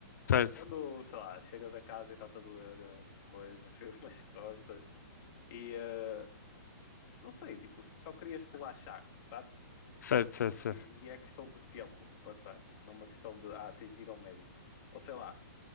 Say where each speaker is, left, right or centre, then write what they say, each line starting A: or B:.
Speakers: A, on the left; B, on the left.
A: Certo,
B: Quando, sei lá, chegas a casa e está-te a doer alguma coisa, <laughs> chegas umas costas e eh, não sei, tipo, só querias relaxar, sabes?
A: certo, certo, certo.
B: E, e é questão de tempo para passar, não é uma questão de ah, tens de ir ao médico. Ou sei lá,